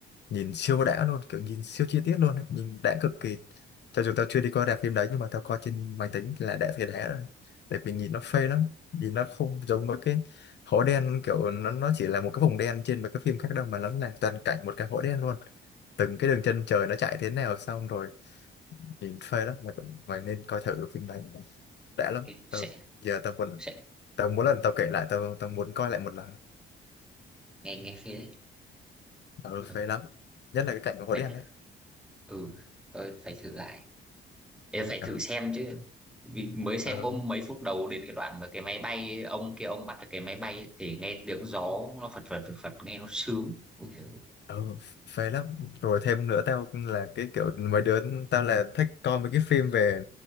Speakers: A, on the left; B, in the centre.
A: nhìn siêu đã luôn kiểu nhìn siêu chi tiết luôn ấy. nhìn đã cực kỳ cho dù tao chưa đi coi rạp phim đấy nhưng mà tao coi trên máy tính là đã thấy đã rồi tại vì nhìn nó phê lắm nhìn nó không giống với cái hố đen kiểu nó nó chỉ là một cái vùng đen trên mấy cái phim khác đâu mà nó là toàn cảnh một cái hố đen luôn từng cái đường chân trời nó chạy thế nào xong rồi nhìn phê lắm mày cũng- mày nên coi thử phim đấy đã lắm
B: cái- sẽ
A: ừ. giờ tao vẫn
B: sẽ
A: tao muốn lần tao kể lại tao tao muốn coi lại một lần
B: nghe nghe phê đấy
A: ừ,
B: Ừ,
A: phê lắm nhất là cái cảnh của hố
B: phải
A: đen đấy
B: ừ rồi phải thử lại em phải
A: ừ.
B: thử xem chứ vì mới xem
A: Ừ.
B: có mấy phút đầu đến cái đoạn mà cái máy bay ông kia ông bắt được cái máy bay ấy, thì nghe tiếng gió nó phật phật phật phật nghe nó sướng Ui giời,
A: Ừ, phê lắm rồi thêm nữa tao là cái kiểu mấy đứa tao là thích coi mấy cái phim về